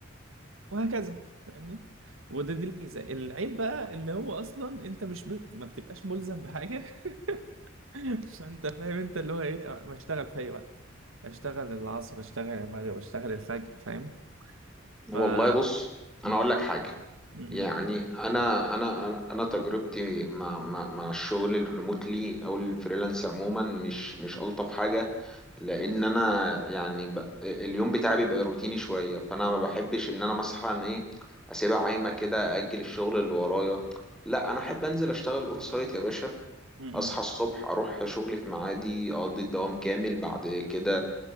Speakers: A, on the right; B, in the centre.
A: وهكذا فاهمني وده دي الميزه العيب بقى اللي هو اصلا انت مش ب... ما بتبقاش ملزم بحاجه <laughs> فانت فاهم انت اللي هو ايه ما اشتغل في اي وقت اشتغل العصر اشتغل المغرب اشتغل الفجر فاهم ف
B: والله بص
A: م-
B: أنا أقول لك حاجة
A: م-
B: يعني انا انا انا أنا تجربتي مع مع مع الشغل الريموتلي او الفريلانس عموما مش مش الطف حاجه لان انا يعني ب... اليوم بتاعي بيبقى روتيني شويه فانا ما بحبش ان انا مثلا ايه اسيبها عايمه كده اجل الشغل اللي ورايا لا انا احب انزل اشتغل اون سايت يا باشا
A: م-
B: اصحى
A: م-
B: الصبح اروح شغلي في ميعادي اقضي الدوام كامل بعد كده